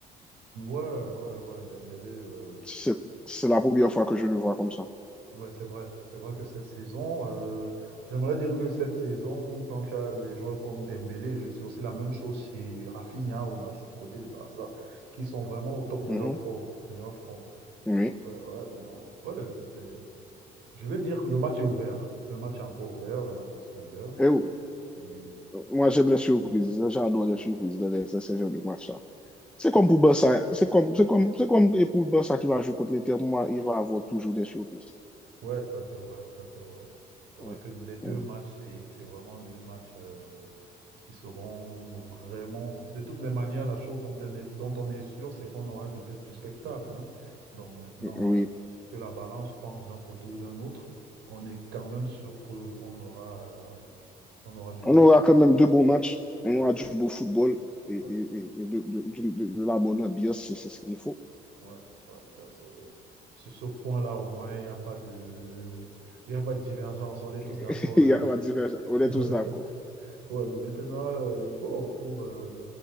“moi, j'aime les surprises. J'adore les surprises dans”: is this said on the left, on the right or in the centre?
Centre